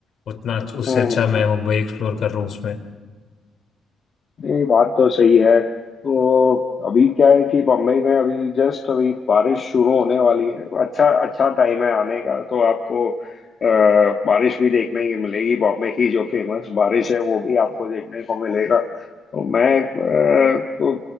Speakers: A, on the left; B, on the left.
A: उतना उससे
B: हम्म
A: अच्छा मैं
B: हम्म,
A: मुंबई एक्सप्लोर कर रहा हूँ उसमें
B: नहीं बात तो सही है तो अभी क्या है कि बम्बई में अभी जस्ट अभी बारिश शुरू होने वाली है अच्छा अच्छा टाइम है आने का तो आपको अ, बारिश भी देखने की मिलेगी बॉम्बे की जो फेमस बारिश है वो भी आपको देखने को मिलेगा तो मैं अ, तो